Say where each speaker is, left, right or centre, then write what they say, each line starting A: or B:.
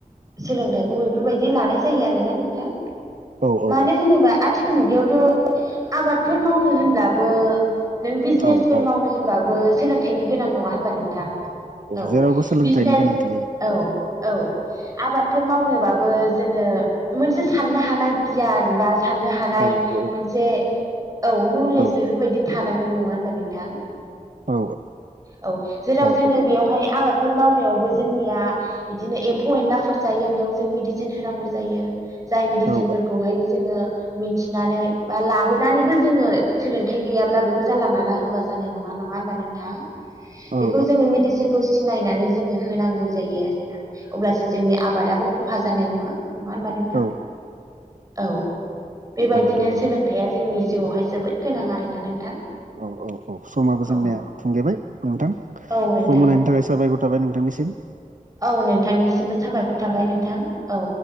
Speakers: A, on the right; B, on the right.
A: सोलोंथाइखौ बेफोरबायदि लानाय जायो आरोना नोंथां।
B: औ औ
A: मानो होनोबा आथिखाल मुगायावथ' आबादफोर मावनो होनब्लाबो नों बिजनेसफोर
B: औ औ
A: मावनो होनबाबो सोलोंथाइनि गोनां नङा होनबा नोंथां? औ
B: जेरावबो सोलोंथाइनि
A: बिजनेस
B: गोनांथि
A: औ औ आबादफोर मावनोबाबो जोङो मोनसे साननो हानाय गियान बा साननो हानाय
B: औ औ
A: मोनसे औ नलेज
B: औ
A: बेफोरबायदि थानांगोन नङा होनबा नोंथां?
B: औ
A: औ जेराव
B: औ
A: जोङो बेयावहाय आबादफोर मावनायावबो जोंनिया बिदिनो एम्फौ एनलाफोर जायो बेयाव जों मेडिसिन होनांगौ जायो जाय मेडिसिनफोरखौहाय
B: औ
A: जोङो मिथिनानै बा लाबोनानैबो जोङो सोलोंथाइ गैयाब्ला बेखौ जानला मानला होबा जानाय नङा, नङा होनोमबा नोंथां? बेखौ
B: औ
A: जोङो मेडिसिनखौ सिनायनानै जोङो होनांगौ जायो आरोना। अब्लासो जोंनि आबादाबो खहा जानाय नङा, नङा होनबा नों थां?
B: औ
A: औ, बेबायदिनो
B: नंगौ नोंथां नंगौ
A: सोलोंथाइया जोंनि जिउआवहाय
B: औ
A: जोबोद गोनां आरोना नोंथां।
B: औ औ औ समाबो जोंनिया
A: औ
B: थुंगेबाय नोंथां
A: औ नोंथां
B: सम होनायनि थाखाय साबायखर थाबाय नोंथांनिसिम।
A: औ नोंथांनिसिमबो साबायखर थाबाय नोंथां औ।